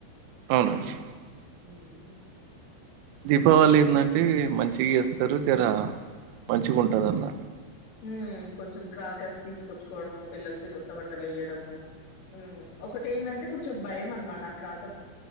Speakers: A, on the right; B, on the left.
A: అవునండి
B: హ్మ్.
A: దీపావళి ఏందంటే మంచిగా ఇస్తారు జర మంచిగుంటదన్న
B: మ్ కొంచెం క్రాకర్స్ తీసుకొచ్చుకోవడము, పిల్లలకి రొట్ట బట్టలు వేయడము మ్ ఒకటి ఏంటంటే కొంచెం భయం అనమాట ఆక్రారాకస్